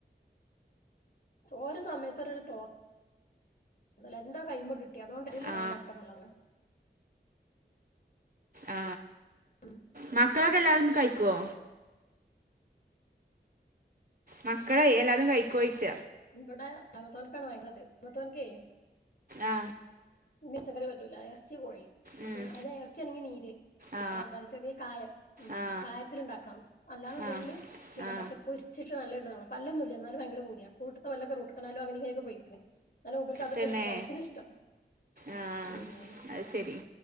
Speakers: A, on the left; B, on the right.
A: ഓരൊ സമയത്തൊരരൊ തോ ന്നല. എന്താ കൈമ കിട്ടിയെ അതോണ്ട് <unintelligible>
B: ആ
A: ഇണ്ടാക്കാന്നുള്ളതാണ്
B: ആ
A: ഉം
B: മക്കളൊക്കെ എല്ലാരും കഴിക്കോ മക്കളെ എല്ലാതും കൈക്കോ ചോയ്ച്ച
A: ഇവിടെ അമത്തോൻക്കാണ് ഭയങ്കരത്. അമത്തോൻക്കെ
B: ആ
A: മിച്ചക്കറി പറ്റൂല. എറച്ചി കോഴി.
B: ഉം
A: അയ്‌ലെ എറച്ചി അണെങ്കി നീര്
B: ആ
A: <unintelligible> ചെറിയ കായം. ഉം
B: ആ
A: കായത്തില് ഇണ്ടാക്കണം. അല്ലാന്നുണ്ടെങ്കില്
B: ആ
A: പിന്നെ
B: ആ
A: പറ്റെ പൊരിച്ച് <unintelligible> പല്ലൊന്നുല്ല. എന്നാലും ഭയങ്കര പൂതിയ. കോട്ട്ത്തെ പല്ലൊക്ക റൂട്ട് കനാലും അങ്ങനിം ഇങ്ങനൊക്കെ പൊയിക്ക്ണ് ഇന്നാലും മൂപ്പർക്ക് അതൊക്കെ
B: തന്നെ
A: ആണ് മനസ്സിന് ഇഷ്ടം.
B: ആ
A: ഊം
B: അത് ശരി